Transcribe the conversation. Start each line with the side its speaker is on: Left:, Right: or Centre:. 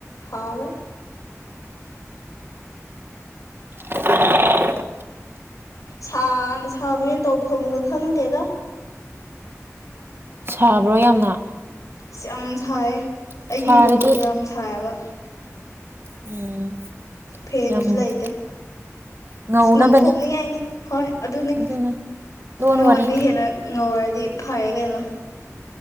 Left: ꯍꯥꯎꯋꯦ
Right: <inaudible>
Left: ꯁꯥꯅ ꯁꯥꯕꯅꯦꯅ ꯇꯧꯐꯝꯒ ꯈꯪꯗꯦꯗ
Right: ꯁꯥꯕ꯭ꯔꯣ ꯌꯥꯝꯅ
Left: ꯁꯤꯌꯥꯝ ꯁꯥꯌꯦ ꯑꯩꯒꯤ
Right: ꯁꯥꯔꯗꯤ
Left: ꯔꯨꯝꯖꯦ ꯌꯥꯝ ꯁꯥꯌꯦꯕ
Right: ꯎꯝ
Left: ꯐꯦꯟꯁꯨ
Right: ꯌꯥꯝ
Left: ꯂꯩꯇꯦ
Right: ꯉꯧꯅꯕꯅꯦ
Left: ꯉꯧꯊꯣꯛꯅꯤꯡꯉꯥꯏꯅꯤ ꯍꯣꯏ ꯑꯗꯨꯅꯤ
Right: ꯑꯗꯨꯅ ꯂꯣꯟ
Left: ꯅꯉꯣꯟꯗꯤ
Right: ꯋꯥꯔꯤ
Left: ꯍꯦꯟꯅ ꯉꯧꯔꯗꯤ ꯐꯔꯦ ꯀꯩꯅꯣ